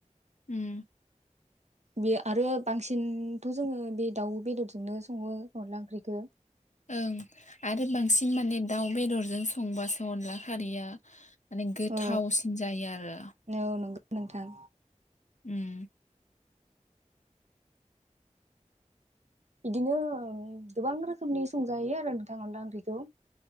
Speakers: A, on the left; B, on the right.
A: उम।
B: बे आरो बांसिनथ जोङो बे दाउ बेदरजोंनो सङो अनला ओंख्रिखौ।
A: ओं आरो बांसिन माने दाउ बेदरजों संबासो अनला खारिया माने गोथावसिन
B: औ
A: जायो आरो।
B: औ नंगौ नोंथां।
A: उम।
B: बिदिनो गोबां रोखोमनि संजायो आरो नोंथां अनला ओंख्रिखौ।